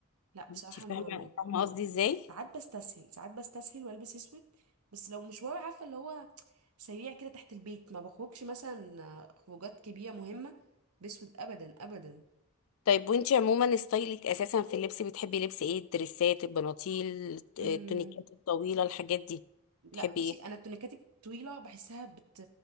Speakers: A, on the right; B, on the left.
A: لا بصراحه
B: انت فاهمه
A: ما
B: فاهمه قصدي ازاي
A: ساعات بستسهل ساعات بستسهل والبس اسود بس لو مشوار عارفه اللي هو سريع كده تحت البيت ما بخرجش مثلا آه، خروجات كبيرة مهمة بسود أبدا أبدا
B: طيب وانت عموما ستايلك اساسا في اللبس بتحبي لبس ايه الدريسات البناطيل التونيكات
A: مم.
B: الطويله الحاجات دي
A: لا
B: بتحبي
A: بصي
B: ايه
A: أنا التونيكات الطويلة بحسها بت